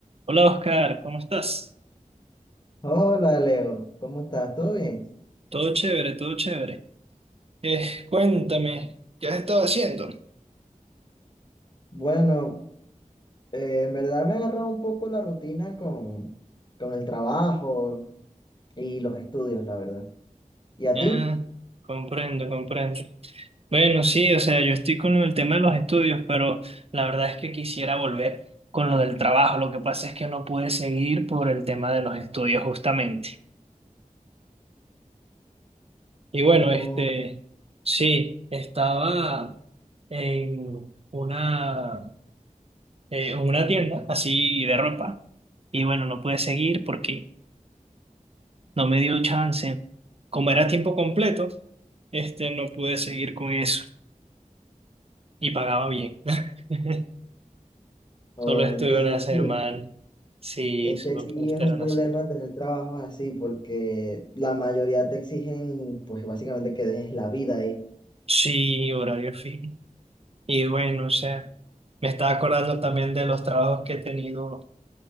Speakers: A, on the right; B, on the left.
A: Hola Oscar, ¿cómo estás?
B: Hola Leo, ¿cómo estás? ¿Todo bien?
A: Todo chévere, todo chévere. Eh, cuéntame, ¿qué has estado haciendo?
B: Bueno, eh, en verdad me ha agarrado un poco la rutina con, con el trabajo y los estudios, la verdad. ¿Y a
A: Ah,
B: ti?
A: comprendo, comprendo. Bueno, sí, o sea, yo estoy con el tema de los estudios, pero la verdad es que quisiera volver con lo del trabajo. Lo que pasa es que no pude seguir por el tema de los estudios justamente. Y bueno,
B: Oh,
A: este, sí, estaba en una, eh, en una tienda así de ropa. Y bueno, no pude seguir porque no me dio chance. Como era tiempo completo, este, no pude seguir con eso y pagaba bien. <laughs>
B: oh,
A: Solo estuve
B: entiendo,
A: una semana.
B: sí.
A: Sí,
B: Es
A: solo
B: que aquí
A: pude estar
B: es un
A: una
B: problema
A: semana.
B: tener trabajos así porque la mayoría te exigen, pues básicamente que dejes la vida ahí. <laughs>
A: Sí, horario fijo. Y bueno, o sea, me estaba acordando también de los trabajos que he tenido